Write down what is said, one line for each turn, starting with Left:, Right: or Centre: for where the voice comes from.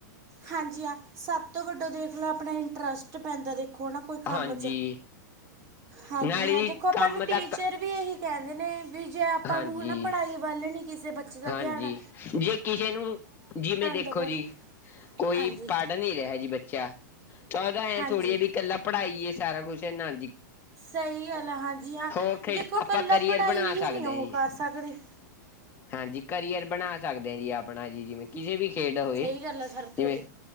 Right: ਹਾਂਜੀ ਆ, ਸਬ ਤੋਂ ਵੱਡਾ ਦੇਖ ਲੋ ਆਪਨਾ ਇੰਟਰਸਟ ਪੈਂਦਾ ਦੇਖੋ ਨਾ। ਕੋਈ ਕੰਮ
Left: ਹਾਂਜੀ
Right: 'ਚ ਹਾਂਜੀ,
Left: ਨਾਲੇ
Right: ਦੇਖੋ ਆਪਾਂ
Left: ਕੰਮ
Right: ਨੂੰ ਟੀਚਰ
Left: ਦਾ
Right: ਵੀ ਏਹੀ ਕੈਂਦੇ ਨੇ, ਵੀ ਜੇ ਆਪਾਂ
Left: ਹਾਂਜੀ
Right: ਨੂੰ ਹਨਾ ਪੜਾਈ ਵੱਲ ਨੀ ਕਿਸੇ ਬੱਚੇ ਦਾ
Left: ਹਾਂਜੀ
Right: ਧੇਆਨ
Left: ਜੇ ਕਿਸੇ ਨੂੰ, ਜਿਮੇਂ ਦੇਖੋ
Right: ਦੇਵੋ
Left: ਜੀ ਕੋਈ
Right: ਹਾਂਜੀ
Left: ਪ ਨੀਂ ਰੇਐ ਜੀ ਬੱਚਾ ਤਾਂ ਓਦਾ ਐਂ
Right: ਹਾਂਜੀ
Left: ਥੋੜੀ ਐ ਬੀ ਕੱਲਾ ਪੜਾਈ ਏ ਸਾਰਾ ਕੁਛ, ਨਾਂ ਜੀ
Right: ਸਈ ਗੱਲ ਐ, ਹਾਂਜੀ ਹਾਂ,
Left: ਹੋਰ ਖੇਡ
Right: ਦੇਖੋ
Left: ਆਪਾਂ
Right: ਕੱਲਾ
Left: ਕਰੀਅਰ
Right: ਪੜਈ
Left: ਬਣਾ
Right: ਹੀ
Left: ਸਕਦੇ
Right: ਨੀਂ ਓਹ
Left: ਹਾਂ ਜੀ
Right: ਕਰ ਸਕਦੀ।
Left: ਹਾਂਜੀ, ਕਰੀਅਰ ਬਨਾ ਸਕਦੇ ਆ ਜੀ, ਆਪਨਾ ਜੀ ਜਿਵੇਂ ਕਿਸੇ ਵੀ ਖੇਡ ਹੋਏ
Right: ਸਈ ਗੱਲ ਐ ਸਰ ਥੋਡੀ
Left: ਜਿਵੇਂ